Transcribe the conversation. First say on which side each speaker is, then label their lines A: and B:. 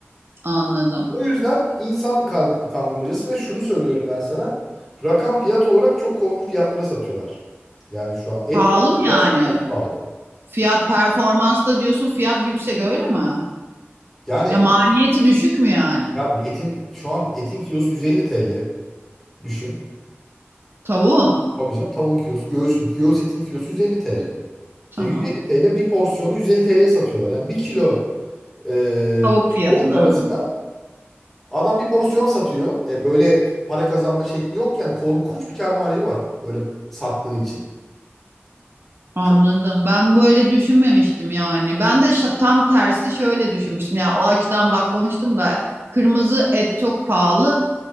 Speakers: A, on the right; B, in the centre.
A: Anladım.
B: O yüzden insan kar- kandırmacası ve şunu söylüyorum ben sana. Rakam fiyat olarak çok korkunç fiyatlara satıyorlar. Yani şu an et
A: Pahalı mı yani?
B: fiyat çok pahalı.
A: Fiyat performans da diyorsun fiyat yüksek öyle mi?
B: Yani
A: Ya maliyeti düşük mü yani?
B: ya bir etin şu an etin kilosu 150 TL düşün.
A: Tavuğun.
B: Tabii canım tavuğun kilosu, göğsün, göğüs etinin kilosu 150 TL.
A: Tamam.
B: Yani 150 TL bir porsiyonu 150 TL'ye satıyorlar. Yani bir kilo e,
A: Tavuk fiyatına.
B: tavuk parasına
A: hmm.
B: Adam bir porsiyon satıyor. E böyle para kazanma şekli yok yani korkunç bir kâr marjı var böyle sattığı için.
A: Anladım.
B: Çok
A: Ben böyle düşünmemiştim yani. Ben de şa- tam tersi şöyle düşünmüştüm. Ya o açıdan bakmamıştım da kırmızı et çok pahalı.